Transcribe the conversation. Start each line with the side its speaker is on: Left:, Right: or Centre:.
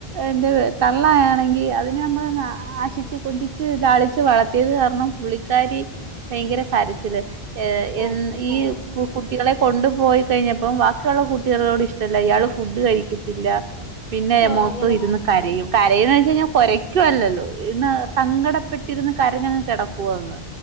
Right: എന്റെ വെ തള്ളയാണെങ്കി അതിനെ നമ്മളങ് ആശി കൊഞ്ചിച്ച് ലാളിച്ച് വളർത്തിയത് കാരണം പുള്ളിക്കാരി ഭയങ്കര കരച്ചില് ഏ
Left: ഓഹ്
Right: എൻ
Left: ഓഹ്
Right: ഈ
Left: ഓഹ്
Right: പു കുട്ടികളെ കൊണ്ടു പോയി കഴിഞ്ഞപ്പം ബാക്കിയുള്ള കുട്ടികളോട് ഇഷ്ടല്ല ഇയാള് ഫുഡ് കഴിക്കത്തില്ല. പിന്നെ
Left: ഓഹ്
Right: മൊത്തം
Left: അങ്ങനെയൊക്കെ
Right: ഇരുന്ന് കരയും കരയുന്ന് വെച്ച് കഴിഞ്ഞാ കൊരയ്ക്കുവല്ലല്ലോ ഇന്ന് സങ്കടപ്പെട്ടിരുന്ന് കരഞ്ഞങ്ങ് കെടക്കുവാന്ന്